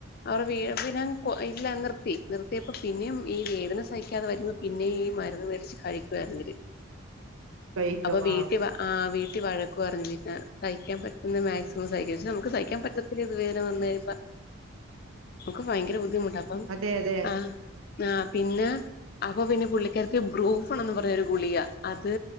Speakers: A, on the left; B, on the right.
A: അവർ വി പിന്നെ കൊ ഇല്ലാ അങ്ങർ നിത്തി നിർത്തിയപ്പ പിന്നെയും ഈ വേദന സഹിക്കാതെ വരുമ്പോ പിന്നെയും ഈ മരുന്ന് മേടിച്ച് കഴിക്കുവായിരുന്ന് ഇവര്
B: കഴിക്കും
A: അപ്പൊ വീട്ടിവ
B: ആ
A: ആഹ് വീട്ടിൽ വഴക്ക് പറഞ് എഹ് കഴിക്കാൻ പ ഇന്ന് മാക്സിമം സഹിക്ക പക്ഷെ നമുക്ക് സഹിക്കാൻ പറ്റത്തില്ല ഇത് വേദന വന്ന് കഴിയ്മ്പ മക്കും ഭയങ്കര ബുദ്ധിമുട്ടാ അപ്പം
B: അതെ അതെ
A: ആഹ് ആഹ് പിന്നെ അപ്പൊ പിന്നെ പുള്ളിക്കാര്ത്തി ബ്രൂഫാണെന്നും പറഞ് ഒരു ഗുളിക അത്